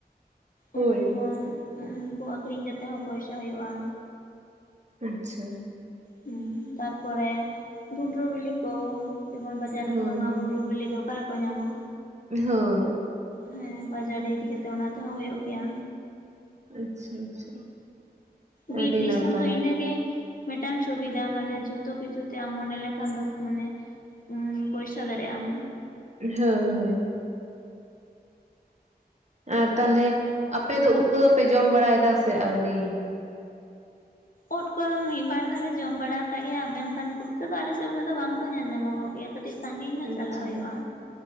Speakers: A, on the right; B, on the left.
A: ᱦᱳᱭ
B: ᱩᱱᱠᱩ ᱦᱚᱸ ᱩᱱᱠᱩ ᱟᱠᱷᱨᱤᱧ ᱠᱟᱛᱮ ᱦᱚᱸ ᱯᱚᱭᱥᱟ ᱦᱩᱭᱩᱜᱼᱟ
A: ᱟᱪᱪᱷᱟ
B: ᱦᱩᱸ ᱛᱟᱨᱯᱚᱨᱮ ᱵᱷᱩᱸᱰᱨᱩ ᱵᱤᱞᱤ ᱠᱚ ᱡᱮᱢᱚᱱ ᱵᱟᱡᱟᱨ ᱨᱮᱱ
A: ᱦᱳᱭ
B: ᱦᱚᱲᱢᱟ
A: ᱦᱳᱭ
B: ᱵᱷᱩᱸᱰᱨᱩ ᱵᱤᱞᱤ ᱫᱚ ᱚᱠᱟ ᱨᱮᱠᱚ ᱧᱟᱢᱟ
A: ᱦᱳᱭ
B: ᱦᱮᱸ ᱵᱟᱡᱟᱨ ᱨᱮ ᱤᱫᱤ ᱠᱟᱛᱮᱜ ᱚᱱᱟ ᱛᱮᱦᱚᱸ ᱦᱳᱭᱳᱜ ᱜᱮᱭᱟ
A: ᱟᱪᱪᱷᱟ ᱟᱪᱪᱷᱟ
B: ᱵᱤᱨ
A: ᱟᱹᱰᱤ
B: ᱫᱤᱥᱚᱢ
A: ᱱᱟᱯᱟᱭ
B: ᱫᱚ ᱤᱱᱟᱹᱜᱮ ᱢᱤᱫᱴᱟᱝ ᱥᱩᱵᱤᱫᱷᱟ ᱢᱟᱱᱮ ᱡᱷᱚᱛᱚ ᱠᱤᱪᱷᱩ ᱛᱮ ᱟᱢ ᱢᱚᱱᱮ ᱞᱮᱠᱷᱟᱱ ᱫᱚ ᱢᱟᱱᱮ ᱩᱸ ᱯᱚᱭᱥᱟ ᱫᱟᱲᱮᱭᱟᱜ ᱟᱢ
A: ᱦᱳᱭ ᱦᱳᱭ ᱟᱨ ᱛᱟᱦᱞᱮ ᱟᱯᱮ ᱫᱚ ᱩᱫ ᱠᱚᱫᱚ ᱯᱮ ᱡᱚᱢ ᱵᱟᱲᱟᱭ ᱫᱟᱥᱮ ᱟᱹᱣᱨᱤ
B: ᱩᱫ ᱠᱚᱫᱚ ᱢᱤᱫ ᱵᱟᱨ ᱦᱟᱞᱮ ᱡᱚᱢ ᱵᱟᱲᱟ ᱟᱠᱟᱫ ᱜᱮᱭᱟ ᱢᱮᱱᱠᱷᱟᱱ ᱯᱩᱴᱠᱟᱹ ᱫᱚ ᱟᱞᱮᱥᱮᱫ ᱩᱱᱟᱹᱜ ᱫᱚ ᱵᱟᱝᱠᱚ ᱧᱮᱞ ᱧᱟᱢᱚᱜᱚᱜ ᱜᱮᱭᱟ ᱠᱟᱹᱴᱤᱡ ᱥᱟᱺᱜᱤᱧ ᱧᱚᱜ
A: ᱟᱪᱪᱷᱟ
B: ᱪᱟᱞᱟᱜ ᱦᱳᱭᱳᱜᱼᱟ